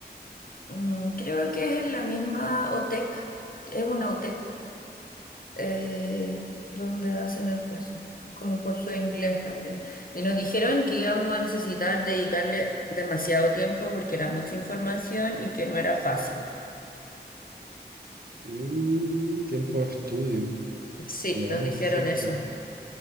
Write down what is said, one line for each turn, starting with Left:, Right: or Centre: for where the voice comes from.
Left: Mm, creo que es en la misma OTEC, es una OTEC, eh, donde hacen el curso, como un curso de inglés también. Y nos dijeron que íbamos a necesitar dedicarle demasiado tiempo porque era mucha información y que no era fácil.
Right: Mm, tiempo de estudio.
Left: Sí,
Right: Ya,
Left: nos dijeron
Right: perfecto.
Left: eso.